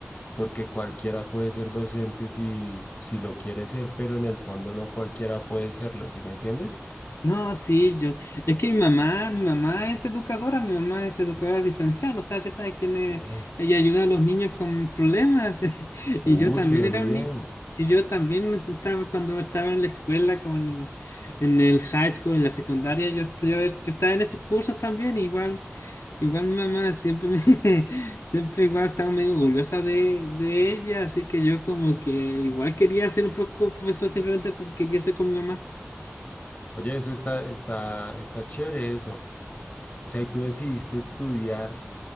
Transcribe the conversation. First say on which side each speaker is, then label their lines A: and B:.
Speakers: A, on the left; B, on the left.
A: porque cualquiera puede ser docente si, si lo quiere ser, pero en el fondo no cualquiera puede serlo, ¿sí me entiendes?
B: No, sí, yo. Es que mi mamá, mi mamá es educadora, mi mamá es educadora diferencial, o sea, ya sabes, tiene,
A: Oh,
B: ella ayuda a los niños con problemas. <laughs>
A: uy,
B: Y yo también
A: qué
B: era
A: bien.
B: un niño. Y yo también estaba cuando estaba en la escuela, como en el, en el high school, en la secundaria, yo, est- yo, yo estaba en esos cursos también, igual, igual mi mamá siempre me, <laughs> siempre igual estaba medio orgullosa de, de ella, así que yo como que igual quería ser un poco profesor simplemente porque quería ser con mi mamá.
A: Oye, eso está, está, está chévere eso. O sea, y tú decidiste estudiar.